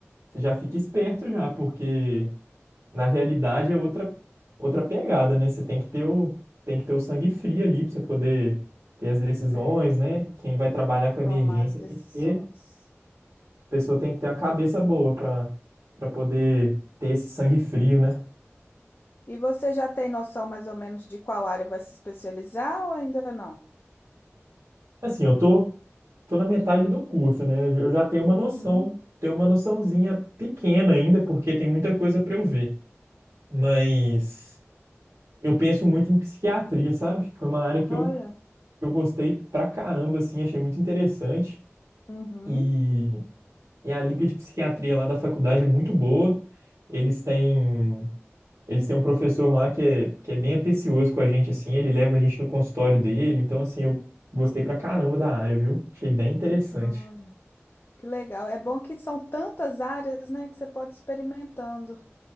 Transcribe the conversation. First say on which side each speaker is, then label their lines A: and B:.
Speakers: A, on the right (about 75°); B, on the left (about 45°).
A: você já fica esperto já, porque na realidade é outra outra pegada, né? Você tem que ter o tem que ter o sangue frio ali para você poder ter as decisões,
B: É,
A: né? Quem vai trabalhar com emergência
B: tomar as decisões.
A: tem que ter, a pessoa tem que ter uma cabeça boa para para poder ter esse sangue frio, né?
B: E você já tem noção mais ou menos de qual área vai se especializar ou ainda não?
A: Assim, eu tô tô na metade do curso, né? Eu já tenho uma
B: Uhum,
A: noção, tenho uma noçãozinha pequena ainda, porque tem muita coisa para eu ver, mas eu penso muito em psiquiatria, sabe? Foi uma área que
B: olha,
A: eu, que eu gostei pra caramba, assim, achei muito interessante.
B: uhum,
A: E, e a liga de psiquiatria lá da faculdade é muito boa. Eles têm, eles têm um professor lá que é, que é bem atencioso com a gente, assim, ele leva a gente no consultório dele. Então, assim, eu gostei pra caramba da área, viu? Achei bem interessante.
B: olha. Que legal. É bom que são tantas áreas, né, que você pode ir experimentando